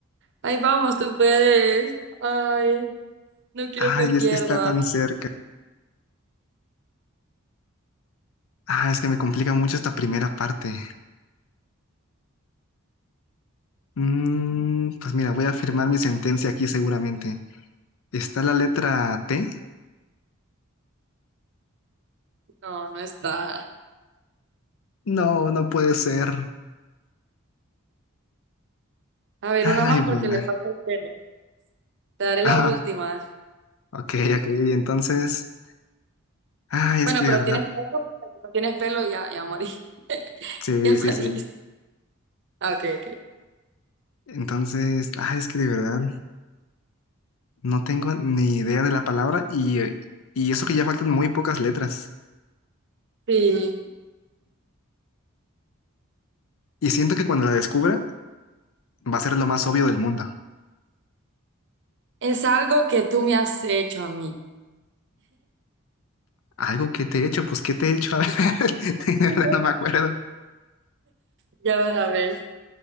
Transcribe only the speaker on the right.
Ay, vamos, tú puedes. Ay, no quiero
que pierdas.
No, no está.
A ver,
una más
porque le
falta el pelo. Te daré la
última.
Bueno,
pero
tienes pelo, porque si no tienes pelo ya, ya morí. <laughs>
Ya
morí.
Ah, Ok, ok.
Sí.
Es algo que tú me has hecho a mí.
<laughs>
Ya vas a ver,